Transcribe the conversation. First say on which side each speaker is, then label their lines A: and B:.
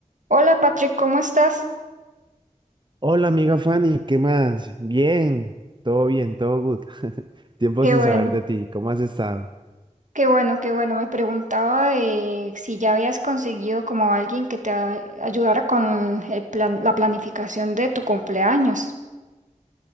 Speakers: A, on the right; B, on the right.
A: Hola Patrick, ¿cómo estás?
B: Hola amiga Fanny, ¿qué más? Bien, todo bien, todo good. <laughs> Tiempo
A: Qué
B: sin
A: bueno,
B: saber de ti, ¿cómo has estado?
A: qué bueno, qué bueno. Me preguntaba de si ya habías conseguido como alguien que te a- ayudara con el plan, la planificación de tu cumpleaños.